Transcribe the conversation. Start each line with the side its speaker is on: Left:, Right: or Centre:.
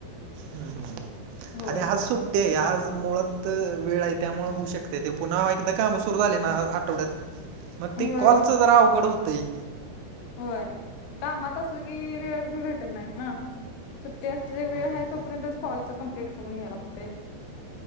Right: हम्म
Left: होय
Right: आणि आज सुट्ट ते आज मुळात वेळ आहे, त्यामुळे होऊ शकते ते. पुन्हा एकदा काम सुरू झाले ना आठवड्यात. मग ते
Left: होय
Right: कॉलच जरा अवघड होतय.
Left: होय कामात असलं की वेळ भेटत नाही ना सुट्टी अस वेळ
Right: हम्म
Left: आहे तोपर्यंत कॉलच कंप्टलिट करून घ्या लागत